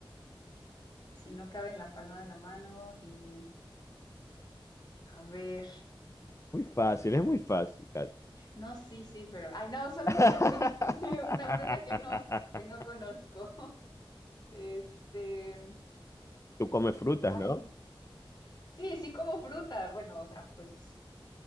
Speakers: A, on the left (about 50°); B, on the left (about 30°).
A: Si no cabe en la palma de la mano y... A ver.
B: Muy fácil, es muy fácil, Katia.
A: No, sí, sí, pero. Ay, no, solo
B: <laughs>
A: que me saques una, <laughs> una fruta que no, que no conozco. <laughs> Este.
B: Tú comes frutas,
A: Ay.
B: ¿no?
A: Sí, sí como fruta. Bueno, o sea, pues.